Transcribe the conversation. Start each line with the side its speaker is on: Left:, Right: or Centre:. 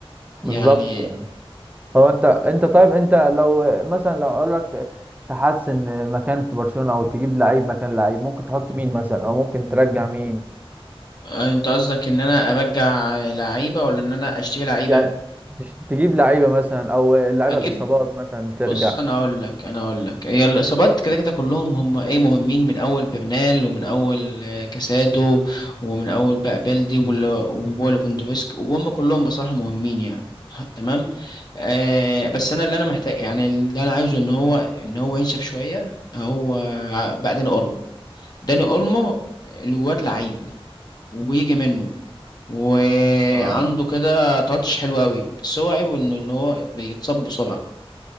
Left: يعني
Right: بالظبط هو انت انت طيب انت لو مثلا لو اقول لك تحسن مكان في برشلونة او تجيب لعيب مكان لعيب ممكن تحط مين مثلا او ممكن ترجع مين
Left: آه، انت قصدك ان انا ارجع لعيبة ولا ان انا اشتري لعيبة
Right: يعني تش- تجيب لعيبة مثلا او اللعيبة
Left: اجيب
Right: الاصابات مثلا ترجع
Left: بص انا اقول لك انا اقول لك هي الاصابات كده كده كلهم هم ايه مهمين من اول برنال ومن اول آه، كاسادو ومن اول بقى بلدي وليفاندوفسكي وهم كلهم بصراحه مهمين يعني <laughs> تمام آه بس انا اللي انا محتاج يعني اللي انا عايزه ان هو ان هو ينشف شويه هو ع- بقى داني اولمو داني اولمو الواد لعيب وبيجي منه وعنده
Right: اه
Left: كده تاتش حلو قوي بس هو عيبه انه اللي هو بيتصاب بسرعه